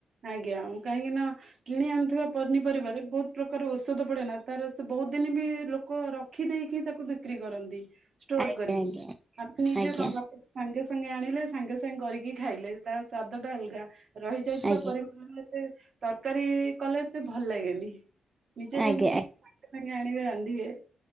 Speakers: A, on the right; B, on the right.
A: ଆଜ୍ଞା ମୁଁ କାହିଁକି ନା କିଣି ଆଣୁଥିବା ପନିପରିବାରେ ବହୁତ୍ ପ୍ରକାର ଔଷଧ ପଡେନା ତାର ସେ ବହୁତ୍ ଦିନ ବି ଲୋକ ରଖିଦେଇକି ରଖି ତାକୁ ବିକ୍ରି କରନ୍ତି ଷ୍ଟୋର୍
B: ଆଜ୍ଞା
A: କରିକି
B: ଆଜ୍ଞା
A: ଆମେ ନିଜେ
B: ଆଜ୍ଞା
A: କଣ ବାଡି ରୁ ସାଙ୍ଗେ ସାଙ୍ଗେ ସାଙ୍ଗେ ସାଙ୍ଗେ ଆଣିଲେ ସାଙ୍ଗେ ସାଙ୍ଗେ କରିକି ଖାଇଲେ ତା ସ୍ଵାଦ ଟା ଅଲଗା। ରହିଯାଇଥିବା
B: ଆଜ୍ଞା
A: ପରିମାଣରେ ଏତେ ତରକାରୀ କଲେ ଏତେ ଭଲ ଲାଗେନି। ନିଜେ
B: ଆଜ୍ଞା
A: ଯେମିତି
B: ଆଜ୍ଞା
A: ସାଙ୍ଗେ ସାଙ୍ଗେ ଆଣିବେ ରାନ୍ଧିବେ।